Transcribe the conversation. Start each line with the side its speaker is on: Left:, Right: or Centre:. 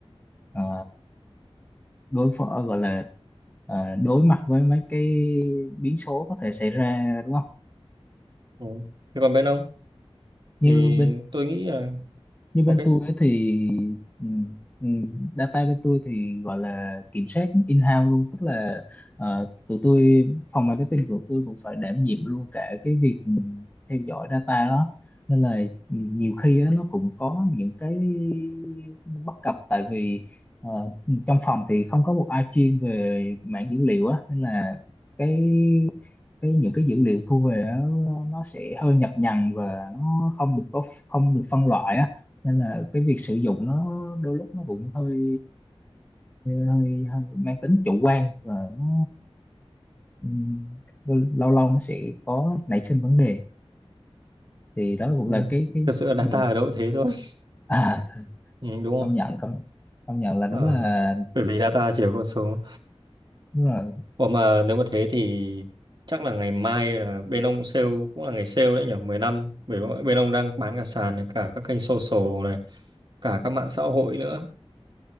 Left: ờ, đối phó gọi là ờ, đối mặt với mấy cái biến số có thể xảy ra đúng không
Right: ừ. thế còn bên ông
Left: như
Right: thì
Left: bên
Right: tôi nghĩ là
Left: như bên
Right: ok
Left: tôi ấy thì ừm, ừm, data bên tôi thì gọi là kiểm soát in-house luôn tức là ờ, tụi tôi phòng marketing của tôi cũng phải đảm nhiệm luôn cả cái việc ừm, theo dõi data đó nên là nhiều khi á, nó cũng có những cái bất cập tại vì ờ, trong phòng thì không có một ai chuyên về mảng dữ liệu á nên là cái cái những cái dữ liệu thu về á, nó sẽ hơi nhập nhằng và nó không được có không được phân loại á nên là cái việc sử dụng nó đôi lúc nó cũng hơi hơi hơi mang tính chủ quan và nó ừm, lâu lâu nó sẽ có nảy sinh vấn đề thì đó cũng
Right: ừ.
Left: là cái cái
Right: thực sự là data
Left: điều
Right: ở đâu cũng thế thôi <laughs>
Left: à
Right: ừ, đúng rồi
Left: công nhận công công nhận là đúng
Right: Ờ,
Left: là
Right: bởi vì data chỉ có con số
Left: đúng rồi
Right: còn mà nếu mà thế thì chắc là ngày mai là bên ông sale cũng là ngày sale đấy nhỉ mười năm bởi vì bên ông đang bán cả sàn này cả các kênh social này cả các mạng xã hội nữa